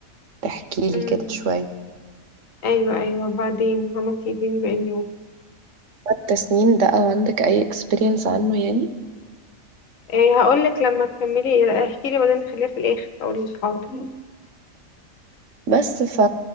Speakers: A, on the right; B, on the left.
A: تحكي لي
B: امم
A: كده شويه
B: ايوه ايوه وبعدين عملتي ايه تاني باقي اليوم
A: التسنين ده او عندك اي اكسبيرينس عنه يعني
B: ايه هقول لك لما تكملي احكي لي بعدين خليها في الاخر هقول لك حاضر
A: بس ف...